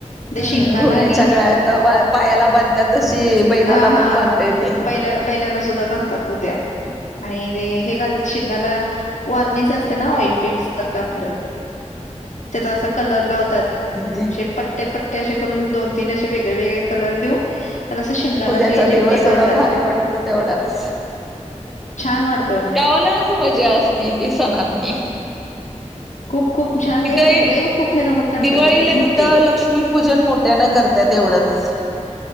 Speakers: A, on the left; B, in the centre.
A: ते
B: हम्म
A: शिगांना
B: घोड्याच्या
A: आणि-
B: गळ्यात पायाला बांधतात तशी बैलाला
A: हा,
B: पण
A: हा,
B: बांधता ते
A: बैला- बैलाला सुद्धा बानतात उद्या. आणि ते हे घालतात शिंगाला वारनेस असतं ना, ऑइल पेंट सारखं आपलं-
B: ह <inaudible>
A: त्याचा असा कलर लावतात,
B: ते
A: असे पट्टे पट्टे असे करून दोन तीन असे वेगळे- वेगळे कलर देऊन- असं शेंगाला
B: उद्याचा
A: असे
B: दिवस
A: रिबणे
B: एवढा
A: बांधतात
B: भारी वाटत तेवढाच-
A: छान वाटतं
B: गावालाच मजा असती, ती सणातनी.
A: खूप. खूप छान लय
B: इथं एक
A: लय खूप मिरवणूक काढतात
B: दिवाळीला
A: मोठे
B: इथं लक्ष्मीपूजन मोठ्याने करता एवढंच. ह <unintelligible>